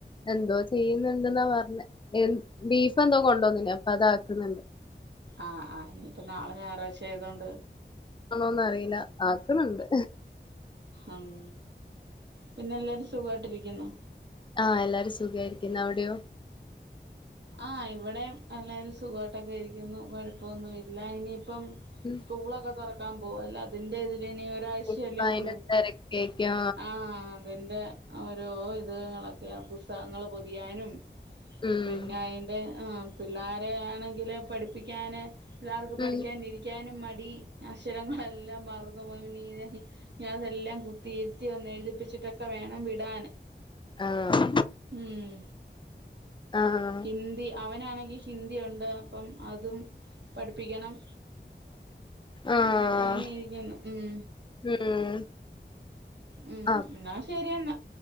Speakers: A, on the left (about 25°); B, on the right (about 70°).
A: എന്തോ ചെയ്യുന്നുണ്ടെന്ന പറഞ്ഞെ ബീഫ് എന്തോ കൊണ്ടോനീന്നു അപ്പൊ അത് ആക്കുന്നുണ്ട്
B: ആഹ് ആഹ് ഇനിയിപ്പോ നാളെ ഞായറാഴ്ച ആയതോണ്ട്
A: ആണോന്നറിയില്ല ആക്കണുണ്ട്
B: അഹ് പിന്നെ എല്ലാരും സുഖമായിട്ടിരിക്കുന്നോ
A: ആഹ് എല്ലാരും സുഖായിരിക്കുന്നു അവിടെയോ
B: ആഹ് ഇവിടെ എല്ലരും സുഖമായിട്ടൊ ക്കെ ഇരിക്കുന്നു കുഴപ്പമൊന്നും ഇല്ല ഇനിയിപ്പം
A: ഉം
B: സ്കൂളൊക്കെ തുറക്കാൻ പോകല്ലേ അതിന്റെതിൽ ഇ ഒരാഴ്ചയുള്ളു
A: ഇനിപ്പ അയിന്റെ തെരക്കേക്കും
B: ആഹ് അതിന്റെ ഓരോ ഇതോളൊക്കെയാ പുസ്തകങ്ങൾ പൊതിയാനും
A: ഉം
B: പിന്നെ അതിൻ്റെ അഹ് പിള്ളേരെ ആണെങ്കിൽ പഠിപ്പിക്കാൻ പിള്ളേർക്ക് പഠിക്കാൻ
A: ഉം
B: ഇരി ഇരിക്കാനും മടി അക്ഷരങ്ങളെല്ലാം മാറുന്നു പോ ഇ ഇനി അതെല്ലാം കുത്തിയിരുത്തി ഒന്ന് എഴുതിപ്പിച്ചിട്ടൊക്കെ വേണം വിടാന്
A: ആഹ്
B: ഉം
A: ആഹ്
B: ഹിന്ദി അവനാണെങ്കിൽ ഹിന്ദിണ്ട് അപ്പം അതും പഠിപ്പിക്കണം
A: ആഹ്
B: അപ്പൊ ഇ ങ്ങനെയിരിക്കുന്നു ഉം
A: ഉം
B: ഉം
A: ആഹ്
B: എന്നാൽ ശരിയെന്ന